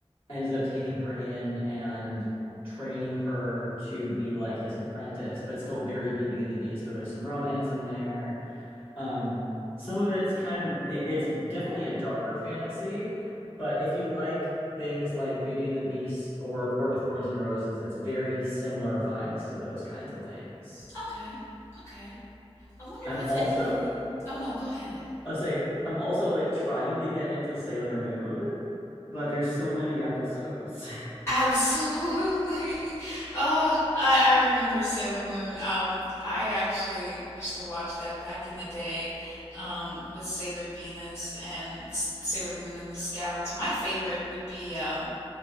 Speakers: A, on the left (about 60°); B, on the left (about 25°).
A: ends up taking her in and training her to be like his apprentice but still very Beauty and the Beast where there's some romance in there um, some of it's kind of it, it's definitely a darker fantasy, but if you like things like Beauty and the Beast or Court of Thorns and Roses, it's very similar vibes to those kinds of things.
B: Okay. Okay. I wonder
A: I'm
B: if it's
A: also
B: anything. Oh no, go ahead.
A: I'll say I'm also like trying to get into Sailor Moon, but there's so many episodes.
B: Absolutely. <laughs> Oh, I, I remember Sailor Moon. Um, I actually used to watch that back in the day, um, with Sailor Venus and S- Sailor Moon and the Scouts. My favorite would be um,